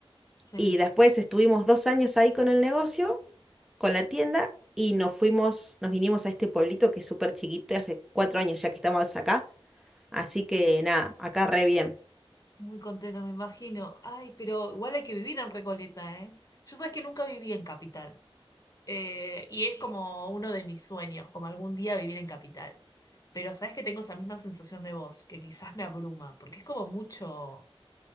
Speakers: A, on the left; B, in the centre.
A: sí.
B: Y después estuvimos dos años ahí con el negocio, con la tienda, y nos fuimos, nos vinimos a este pueblito que es súper chiquito, y hace cuatro años ya que estamos acá Así que
A: Y s-
B: nada, acá re bien.
A: muy contento, me imagino. Ay, pero igual hay que vivir en Recoleta, ¿eh? Yo sabes que nunca viví en Capital. Eh, y es como uno de mis sueños, como algún día vivir en capital. Pero sabes que tengo esa misma sensación de vos, que quizás me abruma, porque es como mucho,